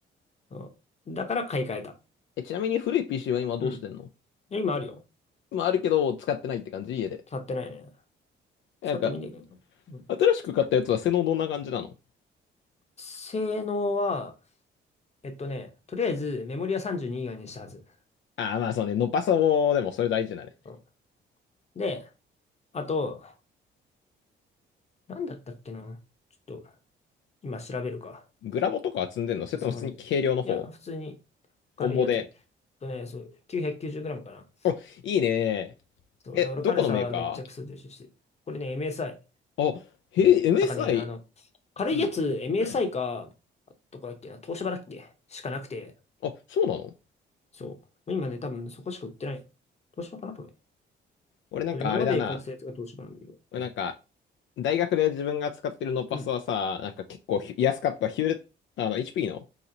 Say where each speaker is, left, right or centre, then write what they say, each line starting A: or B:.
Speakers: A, on the left; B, on the left.
A: うんだから買い替えた。
B: え、ちなみに古い PC は今どうしてんの
A: うん。で今あるよ。
B: まあ、あるけど、使ってないって感じ家で。
A: 使ってないね。
B: なんか、
A: 使ってもいいんだけど。うん
B: 新しく買ったやつは性能どんな感じなの
A: 性能は、えっとね、とりあえずメモリは32以外にしたはず。
B: ああ、まあそうね、ノパソでもそれ大事だね。
A: うんで、あと、なんだったっけな。ちょっと、今調べるか。
B: グラボとかは積んでんのそれとも普通に軽量の方
A: さすがね。いや、普通に
B: オンボで。
A: 軽いやつ。えっとね、そう、990g かな。
B: お、いいね。
A: そう、
B: え、
A: いや俺軽さめっちゃクソ重視してる。
B: どこのメーカ
A: これね、MSI。
B: ーあ、へえ、MSI。
A: なんかね、あの、軽いやつ、
B: うん、
A: MSI
B: うん。
A: か、どこだっけな、東芝だっけしかなくて、
B: あ、そうなの
A: そう。もう今ね、多分そこしか売ってない。東芝かなこれ。
B: 俺なんかあれだな。
A: そう、今まで買ってたやつが東芝なんだけど。
B: 俺なんか、大学で自分が使ってるノパソはさ、
A: うん。
B: なんか結構ひ安かったヒューレット、あの、HP の